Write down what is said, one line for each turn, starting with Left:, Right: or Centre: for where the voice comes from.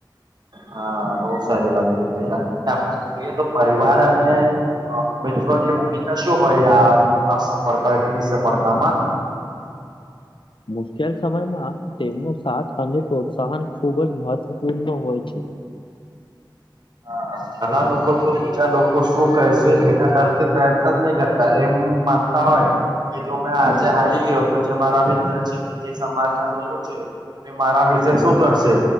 Right: હા બહુ સારી વાત કીધી અને આપડે જોઈએ તો પરિવાર અને અ મિત્રો ની ભૂમિકા શું હોય આ સફળતા કે નિ સફળતામાં?
Left: મુશ્કેલ સમયમાં તેમનો સાથ અને પ્રોત્સાહન ખુબ જ મહત્વપૂર્ણ હોય છે.
Right: હા ઘણા લોકો તો બીજા લોકો શું કહેશે એના ડરથી પ્રયત્ન જ નહી કરતા એમ માનતા હોય. કે જો મેં આજે હારી ગયો તો જે મારા મિત્ર છે કે જે સમાજના લોકો છે. કે મારા વિશે શું કરશે